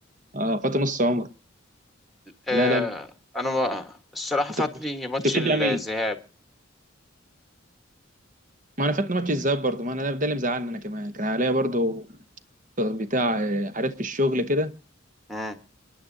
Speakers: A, on the right (about 40°); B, in the centre.
A: اه فاتوا نص عمر
B: آه
A: لا لا لا.
B: انا ما الصراحه
A: انت
B: فاتني ماتش
A: انت بتشجع
B: الذهاب
A: مين؟ ما انا فاتني ماتش الذهاب برضه ما انا ده اللي مزعلني انا كمان كان عليا برضه بتاع آه، حاجات في الشغل كده
B: امم